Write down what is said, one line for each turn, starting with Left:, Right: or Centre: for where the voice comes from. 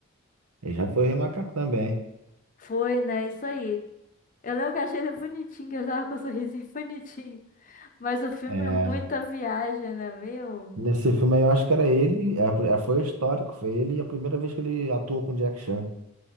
Right: Ele já foi remacaco também.
Left: Foi, né? Isso aí. Eu lembro que eu achei ele bonitinho, que ele tava com um sorrisinho <laughs> bonitinho. Mas o filme
Right: É,
Left: é muita viagem, né, meu?
Right: nesse filme aí eu acho que era ele, é, a pri- foi histórico, foi ele e a primeira vez que ele atuou com Jack Chan.